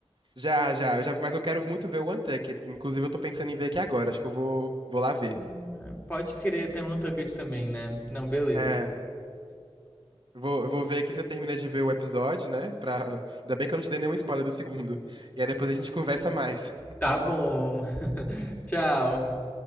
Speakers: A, on the right (about 50°); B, on the left (about 15°).
A: já, já, eu já vi, mas eu quero muito ver o Untucked. Inclusive, eu tô pensando em ver aqui agora, acho que eu vou, vou lá ver.
B: Ah, pode crer, tem um Untucked também, né? Não, beleza.
A: É, eu vou, eu vou ver aqui você termina de ver o episódio, né? Pra... Ainda bem que eu não te dei nenhum spoiler do segundo. E aí depois a gente conversa mais.
B: Tá bom. <laughs> Tchau.